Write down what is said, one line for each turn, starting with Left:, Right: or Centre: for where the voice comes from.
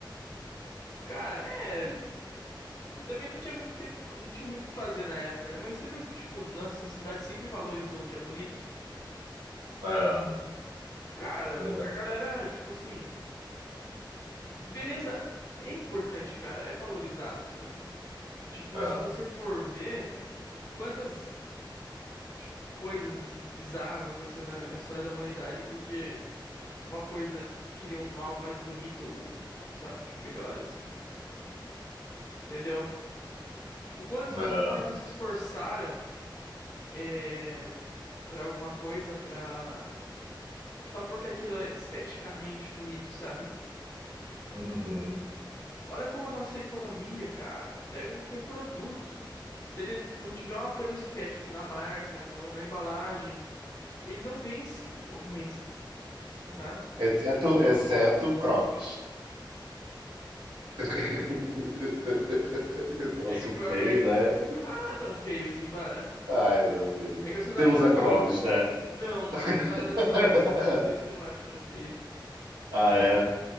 Left: cara, é. E também não tinha muito tempo, que fa- não tinha muito o que fazer na época, né? Mas você viu que, tipo, nossa sociedade sempre valorizou o que é bonito?
Right: É,
Left: Cara,
Right: verdade.
Left: a galera, tipo assim, beleza é importante, cara, é valorizado, sabe? Tipo,
Right: É.
Left: se você for ver quantas, tipo, coisas bizarras aconteceram na, na história da humanidade porque uma coisa queria um algo mais bonito ou, ou, sabe, tipo, melhor assim. Entendeu? Tipo, quantas
Right: Não.
Left: pessoas já não se esforçaram? é, pra alguma coisa, pra. Só porque aquilo é esteticamente bonito, sabe?
Right: Uhum.
Left: Olha como a nossa economia, cara, pega qualquer produto. Se ele não tiver um apelo estético na marca, no- na embalagem, ele não vence a concorrência,
Right: Não.
Left: sabe?
Right: Exceto, exceto Crocs. <laughs> Eu Troço
Left: É que o Krog
Right: feio,
Left: é.
Right: né?
Left: Ah, não é tão feio assim, para.
Right: Ai, meu Deus.
Left: É que eu sou da
Right: Você
Left: área
Right: usa
Left: da saúde.
Right: Crocs, né?
Left: Não, mas eu sou da área
Right: <laughs>
Left: da saúde, então por isso que eu não acho tão feio.
Right: Ah, é.